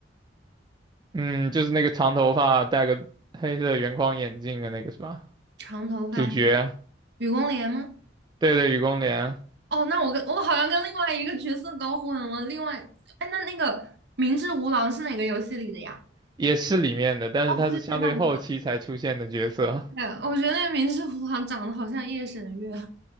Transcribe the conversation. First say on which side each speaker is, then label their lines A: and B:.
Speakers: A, on the right; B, on the right.
A: 嗯，就是那个长头发、戴个黑色圆框眼镜的那个是吧？
B: 长头发，
A: 主角，
B: 雨宫莲吗？
A: 对对，雨宫莲
B: 哦，那我跟我好像跟另外一个角色搞混了。另外，哎，那那个明智无郎是哪个游戏里的呀？
A: 也是里面的，但是他是相对后期才出现的角色。
B: 哦，对对对，那我对，我觉得那个明智无郎长得好像夜神月，<laughs>